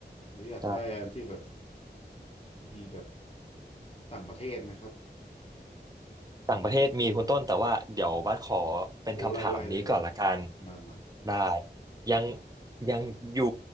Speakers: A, on the left (about 35°); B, on the right (about 20°).
A: อุ้ยอยากได้อันที่แบบ
B: ได้
A: มีแบบต่างประเทศไหมครับ
B: ต่างประเทศมีคุณต้นแต่ว่าเดี๋ยวบัสขอเป็นคำถามนี้ก่อนละกัน
A: โอ้ไล่ไล่ได้เลยครับมามา
B: ได้ยัง
A: ครับ
B: ยังอยู่